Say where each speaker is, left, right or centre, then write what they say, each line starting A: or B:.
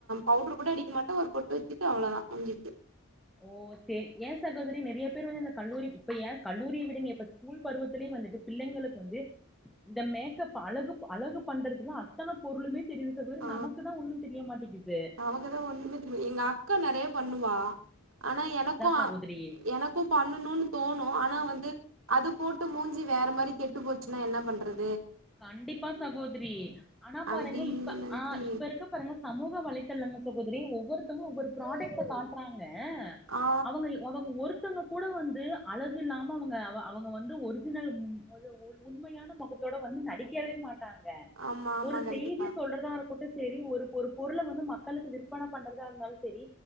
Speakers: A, on the right (about 70°); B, in the centre.
A: பவுடர் கூட அடிக்க மாட்டேன் ஒரு பொட்டு வச்சுட்டு அவ்வளவுதான் முஞ்சச்சு
B: ஓ சரி ஏன் சகோதரி நிறைய பேர் வந்து அ கல்லூரி இப்ப ஏன் கல்லூரியை விடுங்க இப்ப ஸ்கூல் பருவத்துிலயே வந்துட்டு பிள்ளைங்களுக்கு வந்து இந்த மேக்கப் அழகு அழகு பண்றதுல அத்தனை பொருளுமே <unintelligible>
A: ஆ
B: நமக்கு தான் ஒன்னும் தெரிய மாட்டிங்க்குது
A: நமக்குதா ஒண்ணுமே தெரியல. எங்க அக்கா நெறைய பண்ணுவா ஆனா எனக்கும்
B: சகோதரி
A: எனக்கும் பண்ணணும்னு தோணும் ஆனா வந்து அது போட்டு மூஞ்சி வேற மாரி கெட்டு போச்சுன்னா என்ன பண்றது
B: கண்டிப்பா சகோதரி ஆனா பாருங்க
A: அப்டின்னு
B: இப்ப
A: நெனச்சு
B: ஆஹ் இப்ப இருக்க பாருங்க சமூக வளைத்தரலங்க சகோதரி ஒவ்வொருத்தவங்க ஒவ்வரு ப்ராடக்ட் காட்டுறாங் ங்க
A: ஆ
B: அவங்க அவங்க ஒருத் த்தங்க கூட வந்து அழகு இல்லாம அவங்க அவங்க வந்து ஒரிஜினல் உண்மையான முகத் த தோட வந்து நடிக்கவே மாட் டாங்க
A: ஆமா ஆமா
B: ஒரு
A: கண்டிப்பா
B: செய்தி சொல்றதாகட்டு சரி ஒரு ஒரு பொருளை வந்து மக்களுக்கு விற்பனை பண்றதா இருந்தாலும் சரி